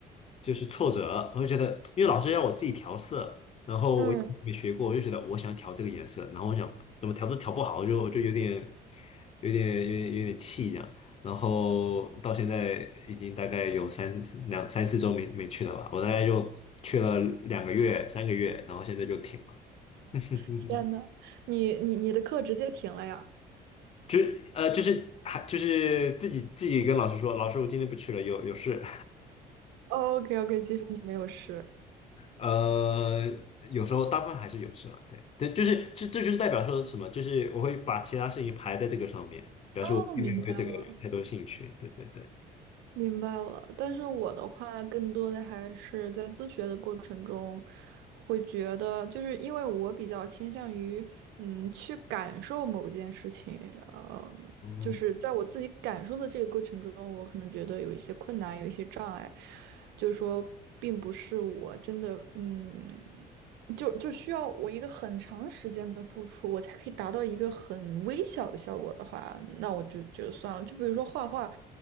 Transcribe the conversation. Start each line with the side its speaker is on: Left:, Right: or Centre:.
Left: 就是挫折，我就觉得，因为老师让我自己调色，然后我也没学过，
Right: 嗯，
Left: 我就觉得我想调这个颜色，然后我想怎么调都调不好，我就我就有点有点有点有点气这样，然后到现在已经大概有三两三四周没没去了吧，我大概就去了两个月三个月，然后现在就停了。<laughs>
Right: 天呐，你你你的课直接停了呀
Left: 就呃，就是还就是自己自己跟老师说，老师我今天不去了，有有事。
Right: ？OK OK，其实你没有事。
Left: 呃，有时候大部分还是有事了，对，这就是这这就是代表说什么，就是我会把其他事情排在这个上面，
Right: 哦，
Left: 因为我对这个有太多兴趣，
Right: 明白了。
Left: 对对对，
Right: 明白了，但是我的话更多的还是在自学的过程中，会觉得就是因为我比较倾向于嗯去感受某件事情，呃，
Left: 哦，
Right: 就是在我自己感受的这个过程中，我可能觉得有一些困难，有一些障碍，就是说并不是我真的嗯，就就需要我一个很长时间的付出，我才可以达到一个很微小的效果的话，那我就觉得算了。就比如说画画。